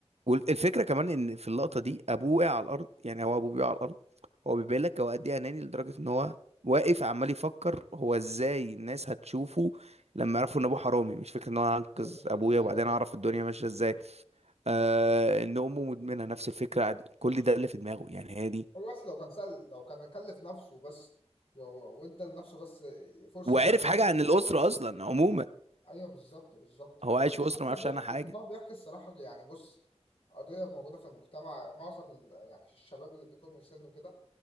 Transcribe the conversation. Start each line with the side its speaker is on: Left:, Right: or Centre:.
Right: والفكره كمان ان في اللقطه دي ابوه وقع على الارض يعني هو ابوه بيقع على الارض هو بيبين لك هو قد ايه اناني لدرجه ان هو واقف عمال يفكر هو ازاي الناس هتشوفه لما يعرفوا ان ابوه حرامي مش فكره ان هو انقذ
Left: هي دي حقيقة
Right: ابويا وبعدين
Left: أيوة دي
Right: اعرف الدنيا ماشيه ازاي آه ان امه مدمنه نفس الفكره عن- كل ده اللي في دماغه يعني هي دي
Left: هو بس لو كان سأل لو كان كلف نفسه بس و- و- وإدى لنفسه بس فرصة
Right: وعرف حاجه
Left: إن-
Right: عن الاسره اصلا عموما
Left: أيوه بالظبط بالظبط
Right: هو
Left: أنا
Right: عايش في
Left: الصراحة
Right: اسره ما
Left: ده
Right: يعرفش
Left: بيحكي
Right: عنها حاجه
Left: هو بيحكي الصراحة يعني بص قضية موجودة في المجتمع معظم ال... يعني الشباب اللي بيكون من سنه كده